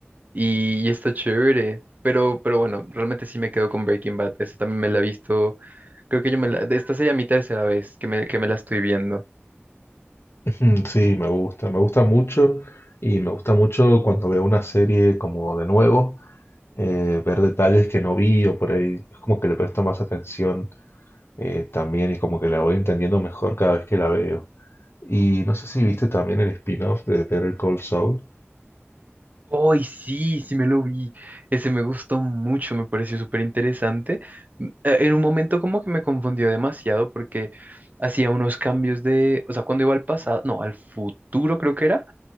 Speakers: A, on the right; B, on the left.
A: y, y está chévere. Pero, pero bueno, realmente sí me quedo con Breaking Bad. eso también me la he visto. Creo que yo me la. Esta sería mi tercera vez que me, que me la estoy viendo.
B: <laughs> sí, me gusta, me gusta mucho y me gusta mucho cuando veo una serie como de nuevo eh, ver detalles que no vi o por ahí. Es como que le presto más atención eh, también y como que la voy entendiendo mejor cada vez que la veo. Y no sé si viste también el spin-off de Better Call Saul.
A: ¡Ay, sí! Sí me lo vi. Ese me gustó mucho, me pareció súper interesante. M- eh, En un momento como que me confundió demasiado porque hacía unos cambios de, o sea, cuando iba al pasado, no, al futuro creo que era,